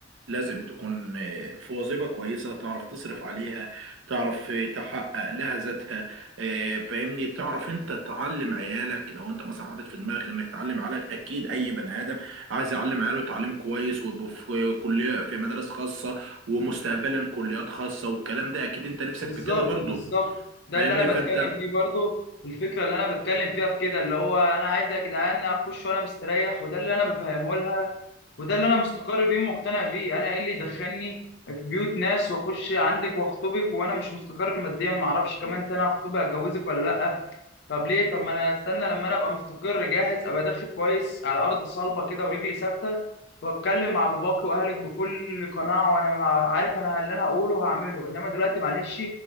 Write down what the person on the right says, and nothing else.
لازم تكون آه، في وظيفة كويسة تعرف تصرف عليها تعرف آه، تحقق لها ذاتها آه، فاهمني تعرف انت تعلم عيالك لو انت مثلا حاطط في دماغك انك تعلم عيالك اكيد اي بني ادم عايز يعلم عياله تعليم كويس ويبقوا في كلية في مدارس خاصة ومستقبلا كليات خاصة والكلام ده اكيد انت نفسك
في كده برضه
فاهمني
فانت